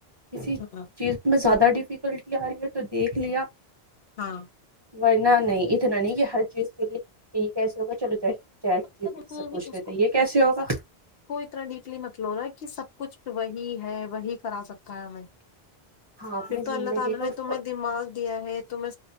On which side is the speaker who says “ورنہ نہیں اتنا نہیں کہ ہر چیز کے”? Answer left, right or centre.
Right